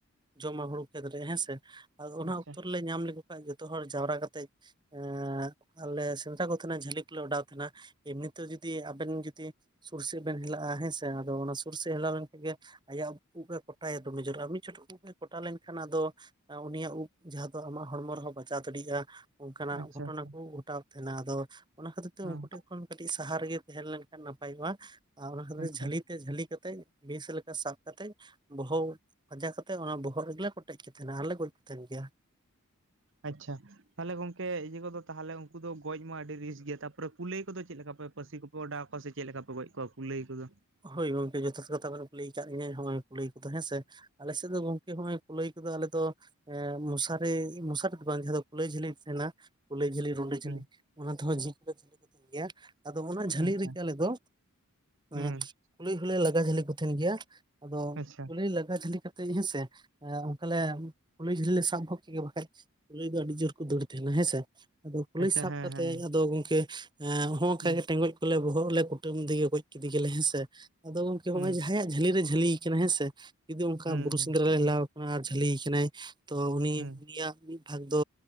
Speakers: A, on the right (about 20°); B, on the right (about 55°).
A: ᱡᱚᱢᱟ ᱦᱳᱲᱳ ᱠᱷᱮᱛᱨᱮ ᱦᱮᱸᱥᱮ, ᱟᱫᱚ ᱚᱱᱟ
B: ᱟᱪᱪᱷᱟ
A: ᱚᱠᱛᱚ ᱨᱮᱞᱮ ᱧᱟᱢ ᱞᱮᱠᱚ ᱠᱷᱟᱡ ᱡᱚᱛᱚ ᱦᱚᱲ ᱡᱟᱣᱨᱟ ᱠᱟᱛᱮᱡ ᱮᱸᱜ ᱟᱞᱮ ᱥᱮᱸᱫᱽᱨᱟ ᱠᱚ ᱛᱟᱦᱮᱱᱟ ᱡᱷᱟᱹᱞᱤ ᱠᱚᱞᱮ ᱚᱰᱟᱣ ᱛᱟᱦᱮᱸᱱᱟ᱾ ᱮᱢᱱᱤᱛᱮ ᱡᱩᱫᱤ ᱟᱵᱮᱱ ᱡᱩᱫᱤ ᱥᱩᱨ ᱥᱮᱜ ᱵᱮᱱ ᱦᱮᱟᱜᱼᱟ ᱦᱮᱸᱥᱮ ᱟᱫᱚ ᱚᱱᱟ ᱥᱩᱨ ᱥᱮᱜ ᱦᱮᱞᱟᱣ ᱞᱮᱝᱠᱷᱟᱡ ᱜᱮ ᱟᱭᱟᱜ ᱩᱵ ᱮ ᱠᱚᱴᱟᱭᱟ ᱫᱚᱢᱮ ᱡᱳᱨ ᱟ ᱩᱵ ᱮ ᱠᱚᱴᱟ ᱞᱮᱱᱠᱷᱟᱱ ᱟᱫᱚ ᱩᱱᱤᱭᱟᱜ ᱩᱵ ᱡᱟᱦᱟᱸ ᱫᱚ ᱟᱢᱟᱜ ᱦᱚᱲᱢᱚ ᱨᱮᱦᱚᱸ ᱵᱟᱪᱟᱣ ᱫᱟᱹᱲᱤᱜᱼᱟ᱾ ᱚᱝᱠᱟᱱᱟᱜ
B: ᱟᱪᱪᱷᱟ
A: ᱜᱷᱚᱴᱚᱱᱟ ᱠᱚ
B: ᱟᱪᱪᱷᱟ
A: ᱜᱷᱚᱴᱟᱜ ᱛᱟᱦᱮᱱᱟ ᱟᱫᱚ ᱚᱱᱟ ᱠᱷᱟᱹᱛᱤᱨ ᱛᱮ
B: ᱦᱮᱸ
A: ᱩᱝᱠᱩ ᱴᱷᱮᱜ ᱠᱷᱚᱱ, ᱠᱟᱹᱴᱤᱡ ᱥᱟᱦᱟ ᱨᱮᱜᱮ ᱛᱟᱦᱮᱸ ᱞᱮᱱᱠᱷᱟᱱ ᱱᱟᱯᱟᱭᱚᱜᱼᱟ ᱟᱨ ᱚᱱᱟ ᱠᱷᱟᱹᱛᱤᱨ
B: ᱟᱪᱪᱷᱟ
A: ᱡᱟᱹᱞᱤ ᱛᱮ ᱡᱷᱟᱹᱞᱤ ᱠᱟᱛᱮᱜ ᱵᱮᱥ ᱞᱮᱠᱟ ᱥᱟᱵ ᱠᱟᱛᱮᱫ ᱵᱚᱦᱚ ᱯᱟᱸᱡᱟ ᱠᱟᱛᱮᱜ ᱚᱱᱟ ᱵᱚᱦᱚᱜ ᱨᱮᱜᱮᱞᱮ ᱠᱚᱴᱮᱡ ᱠᱮ ᱛᱟᱸᱦᱮᱱᱟ ᱟᱨᱞᱮ ᱜᱚᱡ ᱠᱚ ᱛᱟᱸᱦᱮᱱ ᱜᱮᱭᱟ᱾
B: ᱟᱪᱪᱷᱟ ᱛᱟᱦᱚᱞᱮ ᱜᱚᱝᱠᱮ ᱤᱭᱟᱹ ᱠᱚᱫᱚ ᱛᱟᱦᱚᱞᱮ ᱩᱱᱠᱩ ᱫᱚ ᱜᱚᱡ ᱢᱟ ᱟᱹᱰᱤ ᱨᱤᱠᱥ ᱜᱮᱭᱟ ᱛᱟᱯᱚᱨᱮ ᱠᱩᱞᱟᱹᱭ ᱠᱚᱫᱚ ᱪᱮᱫ ᱞᱮᱠᱟ ᱯᱮ? ᱯᱟᱹᱥᱤ ᱠᱚᱯᱮ ᱚᱰᱟᱣ ᱟᱠᱚᱣᱟ ᱥᱮ ᱪᱮᱫ ᱞᱮᱠᱟ ᱯᱮ ᱜᱚᱡ ᱠᱚᱣᱟ ᱠᱩᱞᱟᱹᱭ ᱠᱚᱫᱚ?
A: ᱦᱳᱭ ᱜᱚᱝᱠᱮ ᱡᱚᱛᱷᱟᱛ ᱠᱟᱛᱷᱟ ᱵᱮᱱ ᱠᱩᱞᱤᱭ ᱠᱟᱫ ᱞᱤᱧᱟᱹ ᱱᱚᱜᱼᱚᱭ ᱠᱩᱞᱟᱹᱭ ᱠᱚᱫᱚ ᱦᱮᱸ ᱥᱮ, ᱟᱞᱮᱥᱮᱫ ᱫᱚ ᱜᱚᱝᱠᱮ ᱦᱚᱸᱚᱭ ᱠᱩᱞᱟᱹᱭ ᱠᱚᱫᱚ ᱟᱞᱮ ᱫᱚ, ᱮ ᱢᱚᱥᱟᱨᱤ ᱢᱚᱥᱟᱨᱤ ᱫᱚ ᱵᱟᱝ ᱡᱟᱦᱟᱸ ᱫᱚ ᱠᱩᱞᱟᱹᱭ ᱡᱷᱟᱹᱞᱤ ᱛᱟᱦᱮᱱᱟ᱾ ᱠᱩᱞᱟᱹᱭ ᱡᱷᱟᱹᱞᱤ ᱨᱩᱰᱟ ᱡᱷᱟᱹᱞᱤ
B: ᱦᱩᱸ
A: ᱚᱱᱟ ᱡᱷᱤᱸᱠ ᱯᱮ ᱡᱷᱟᱹᱞᱤ ᱠᱚ ᱛᱟᱸᱦᱮᱱ ᱜᱮᱭᱟ ᱟᱫᱚ ᱚᱱᱟ ᱡᱷᱟᱹᱞᱤ
B: ᱦᱩᱸ ᱟᱪᱪᱷᱟ
A: ᱨᱮᱜᱮ ᱟᱞᱮ ᱫᱚ᱾
B: ᱦᱩᱸ
A: ᱦᱮᱸ ᱠᱩᱞᱟᱹᱭ ᱦᱚᱞᱮ ᱞᱟᱜᱟ ᱡᱷᱟᱹᱞᱤ ᱠᱚ ᱛᱟᱦᱮᱸᱱ ᱜᱮᱭᱟ ᱟᱫᱚ
B: ᱟᱪᱪᱷᱟ
A: ᱠᱩᱞᱟᱹᱭ ᱞᱟᱜᱟ ᱡᱷᱟᱹᱞᱤ᱾ ᱠᱟᱡ ᱦᱮᱸᱥᱮ ᱚᱱᱠᱟᱞᱮ ᱠᱩᱞᱟᱹᱭ ᱡᱷᱟᱹᱞᱤᱞᱮ ᱥᱟᱵ ᱵᱷᱚᱜ ᱠᱮᱜᱮ ᱠᱩᱞᱟᱹᱭ ᱫᱚ ᱟᱹᱰᱤ ᱡᱳᱨ ᱠᱚ ᱫᱟᱹᱲ ᱛᱟᱦᱮᱱᱟ ᱦᱮᱸᱥᱮ, ᱟᱫᱚ ᱠᱩᱞᱟᱹᱭ
B: ᱟᱪᱪᱷᱟ
A: ᱥᱟᱵ
B: ᱦᱮᱸ
A: ᱠᱟᱛᱮᱫ
B: ᱦᱮᱸ
A: ᱟᱫᱚ ᱜᱚᱝᱠᱮ ᱦᱮᱸ ᱚᱱᱠᱟ
B: ᱦᱩᱸ
A: ᱜᱮ ᱴᱮᱸᱜᱚᱡ ᱠᱚᱞᱮ ᱵᱚᱦᱚᱜ ᱛᱮᱞᱮ ᱠᱩᱼᱼ ᱠᱩᱴᱟᱹᱢ ᱛᱮᱜᱮ ᱜᱚᱡ ᱠᱮᱫᱮ ᱜᱮᱞᱮ ᱦᱮᱸ ᱥᱮ ᱟᱫᱚ ᱜᱚᱝᱠᱮ ᱦᱚᱸᱜᱼᱚᱭ
B: ᱦᱩᱸ
A: ᱡᱟᱦᱟᱸᱭᱟᱜ ᱡᱟᱹᱞᱤ ᱨᱮ ᱡᱷᱟᱹᱞᱤᱭ ᱠᱟᱱ ᱦᱮᱸ ᱥᱮ, ᱡᱩᱫᱤ ᱚᱱᱠᱟ
B: ᱦᱩᱸ
A: ᱵᱩᱨᱩ
B: ᱦᱩᱸ
A: ᱥᱮᱸᱫᱽᱨᱟᱞ ᱞᱮ ᱦᱮᱞᱟᱶ ᱟᱠᱟᱱᱟ ᱟᱨ ᱡᱷᱟᱹᱞᱤᱭ ᱠᱟᱱᱟᱭ ᱛᱚ ᱩᱱᱤ
B: ᱦᱩᱸ
A: ᱩᱱᱤᱭᱟᱜ, ᱵᱷᱟᱜᱽ ᱫᱚ